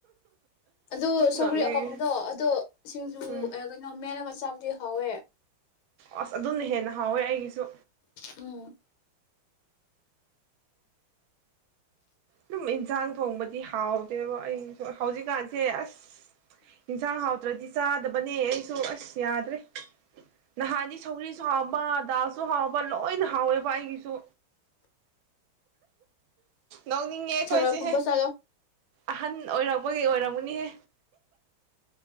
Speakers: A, on the left; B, on the right.
A: ꯑꯗꯨ ꯁꯧꯒ꯭ꯔꯤ
B: ꯅꯣꯛꯅꯤꯡꯉꯦ
A: ꯑꯀꯪꯕꯗꯣ ꯑꯗꯨꯗꯣ ꯁꯤꯡꯖꯨ
B: ꯎꯝ
A: ꯀꯩꯅꯣ ꯃꯦꯜꯂꯒ ꯆꯥ ꯗꯤ ꯍꯋꯦ
B: ꯑꯁ ꯑꯗꯨꯝꯅ ꯍꯦꯟꯅ ꯍꯥꯎꯋꯦ ꯑꯩꯒꯤꯁꯨ
A: ꯎꯝ
B: ꯁꯝ ꯏꯟꯁꯥꯡ ꯊꯣꯡꯕꯗꯤ ꯍꯥꯎꯗꯦꯕ ꯑꯩꯁꯨ ꯍꯧꯖꯤꯛꯀꯥꯟꯁꯦ ꯑꯁ ꯏꯟꯁꯥꯡ ꯍꯥꯎꯗ꯭ꯔꯗꯤ ꯆꯥꯗꯕꯅꯦ ꯑꯩꯁꯨ ꯑꯁ ꯌꯥꯗ꯭ꯔꯦ ꯅꯍꯥꯟꯗꯤ ꯁꯧꯒꯔꯤꯁꯨ ꯍꯥꯎꯕ ꯑꯗꯥꯜ ꯁꯨ ꯍꯥꯎꯕ ꯂꯣꯏꯅ ꯍꯥꯎꯋꯦꯕ ꯑꯩꯒꯤꯁꯨ ꯅꯣꯛꯅꯤꯡꯉꯦ ꯑꯩꯈꯣꯏꯁꯦ
A: ꯊꯔꯣꯏ ꯈꯨꯝꯕ ꯆꯠꯂꯣ
B: ꯑꯍꯟ ꯑꯣꯏꯔꯕ ꯃꯣꯏꯒꯤꯩ ꯑꯣꯏꯔꯝꯒꯨꯅꯤꯍꯦ